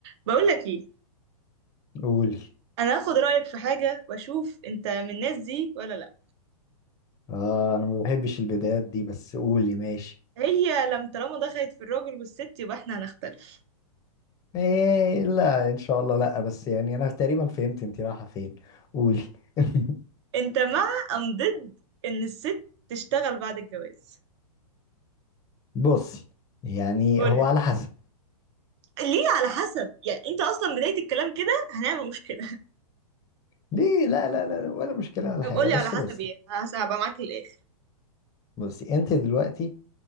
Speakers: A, on the right (about 45°); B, on the left (about 20°).
A: بقول لك ايه
B: قولي
A: انا هاخد رايك في حاجه واشوف انت من الناس دي ولا لا
B: اه انا ما بحبش البدايات دي بس قولي ماشي
A: هي لم طالما دخلت في الراجل والست يبقى احنا هنختلف
B: ايه لا ان شاء الله لا بس يعني انا تقريبا فهمت انت رايحه فين قولي <laughs>
A: انت مع ام ضد ان الست تشتغل بعد الجواز
B: بصي يعني
A: قولي
B: هو على حسب
A: ليه على حسب يعني انت اصلا بدايه الكلام كده هنعمل مشكله
B: ليه لا لا لا لا، ولا مشكله
A: <laughs>
B: ولا
A: طب
B: حاجه
A: قولي
B: بس
A: على حسب
B: بصي
A: ايه هس- هبقى معاك للاخر
B: بصي انت دلوقتي